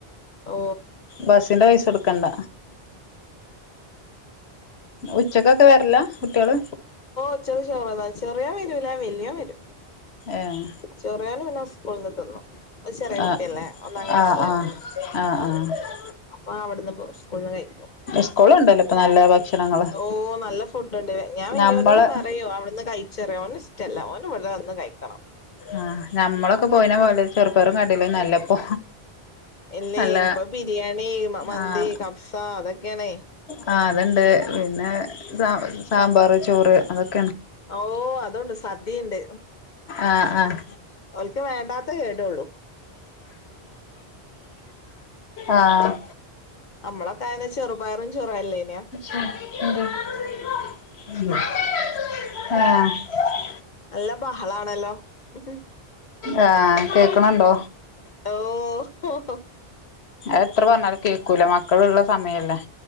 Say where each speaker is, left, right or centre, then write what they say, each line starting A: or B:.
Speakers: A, on the left; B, on the left.
A: ഓ
B: ബസിന്റെ പൈസ കൊടുക്കണ്ട
A: <unintelligible>
B: ഉച്ചക്കൊക്കെ വരല കുട്ടികള്
A: ചോറുണ്ണാൻ ചെറിയോൻ വരൂല്ല വലിയോൻ വരും.
B: ഏഹ്
A: ചെറിയന് പിന്നെ സ്കൂള നിന്ന്തിന്നു ചെറിയ
B: ആഹ്
A: കുട്ടിയല്ലേ ഒന്നാം ക്ലാസ്സിലാണ്.
B: ആഹ് ആഹ് ആഹ് ആഹ്
A: അപ്പൊ അവിടുന്ന് പോ സ്കൂളിൽ നിന്നു കഴി
B: സ്കൂളുണ്ടല്ലോ ഇപ്പൊ നല്ല ഭക്ഷണങ്ങള്
A: ഓനല്ല ഫുഡുണ്ട്. ഞാൻ വലിയവനോട്
B: നമ്മള്
A: പറയും, അവിടുന്ന് കഴിച്ചോ. അവിനിഷ് ഇല്ല ഓന് ഇവിടെ വന്ന് കഴിക്കണം.
B: ആഹ്.. നമ്മളൊക്കെ പോയിന പോയിന പോലെ ചെറു പെറും കടല നല്ലപ്പോ
A: ഇല്ലേ
B: അല്ല
A: ഇപ്പൊ ബിരിയാണി മന്തി
B: ആത്
A: കബ്സ അതൊക്കെയാണേ
B: അ അതുണ്ട് പിന്നെ സാമ്പാറ് ചോറ് അ..
A: ഓഅതൊണ്ട്. സ് സദ്യയുണ്ട്.
B: ആഹ്
A: ഒല്ക്ക് വേണ്ടാ അത്രകേട്ടൊള്ളൂ.
B: ആഹ് ആഹ്
A: നമ്മള ഇപ്പയിന് ചെറുപയറും ചോറുവ ല്ലേ.
B: <unintelligible> അ
A: നല്ല, ബഹളാണല്ലോ ഹ്. ഹും..
B: ആഹ് കേ കേൾക്കണുണ്ടോ
A: ഓ
B: എത്ര പറഞ്ഞാലും കേക്കൂല മ മക്കളുള്ള സമയല്ലേ.